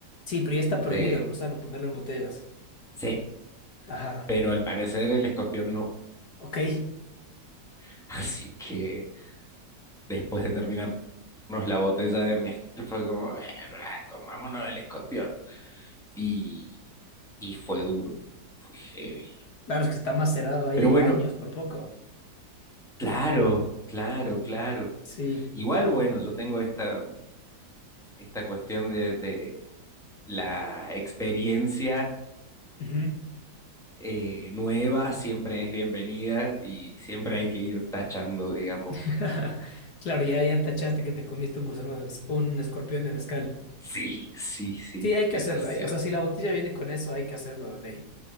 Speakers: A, on the left; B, in the centre.
A: Sí, pero ya está prohibido
B: Eh,
A: el gusano ponerlo en botellas.
B: sí,
A: Ajá.
B: pero al parecer el escorpión no.
A: Ok.
B: <laughs> Así que después de terminarnos la botella de mezcal fue como, "Eh, comámonos el escorpión. Y, y fue duro, fue heavy.
A: Claro, es que está macerado ahí
B: Pero bueno,
A: años por poco.
B: claro, claro, claro.
A: Sí.
B: Igual, bueno, yo tengo esta, esta cuestión de, de la experiencia
A: Ujú.
B: eh, nueva, siempre es bienvenida y siempre hay que ir tachando, digamos.
A: <laughs> Claro, ya, ya tachaste que te comiste un gusano de mez- un escorpión de mezcal.
B: Sí, sí, sí,
A: Sí, hay
B: demasiado.
A: que hacerlo. hay- O sea, si la botella viene con eso, hay que hacerlo de ley.